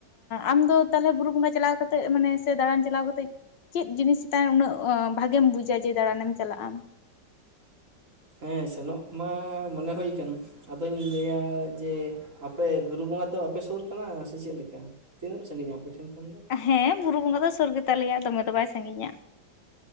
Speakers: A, on the left (about 75°); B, on the right (about 45°).
A: ᱟᱢᱫᱚ ᱛᱟᱦᱚᱞᱮ ᱵᱩᱨᱩ ᱵᱚᱸᱜᱟ ᱪᱟᱞᱟᱣ ᱠᱟᱛᱮᱜ, ᱢᱟᱱᱮ ᱥᱮ ᱫᱟᱬᱟᱱ ᱪᱟᱞᱟᱣ ᱠᱟᱛᱮᱜ? ᱪᱮᱫ ᱡᱤᱱᱤᱥ ᱪᱮᱛᱟᱱ ᱨᱮ, ᱩᱱᱟᱹᱜ ᱵᱷᱟᱜᱮᱢ ᱵᱩᱡᱟ ᱡᱮ, ᱫᱟᱬᱟᱱᱮᱢ ᱪᱟᱞᱟᱜ ᱟᱢ?
B: ᱦᱮᱸ ᱥᱮᱱᱚᱜ ᱢᱟ, ᱢᱚᱱᱮ ᱦᱳᱭ ᱠᱟᱱ᱾ ᱟᱫᱚᱧ ᱞᱟᱹᱭᱟ ᱡᱮ, ᱟᱯᱮ ᱵᱩᱨᱩ ᱵᱚᱸᱜᱟ ᱫᱚ, ᱟᱯᱮ ᱥᱳᱨ ᱠᱟᱱᱟ ᱥᱮ ᱪᱮᱫᱞᱮᱠᱟ? ᱛᱤᱱᱟᱹᱜ ᱥᱟᱺᱜᱤᱧᱟ, ᱟᱯᱮᱴᱷᱮᱱ ᱠᱷᱚᱱ ᱫᱚ?
A: ᱦᱮᱸ ᱵᱩᱨᱩ ᱵᱚᱸᱜᱟ ᱫᱚ ᱥᱳᱨ ᱜᱮᱛᱟ ᱞᱮᱭᱟ, ᱫᱚᱢᱮ ᱫᱚ ᱵᱟᱭ ᱥᱟᱺᱜᱤᱧᱟ᱾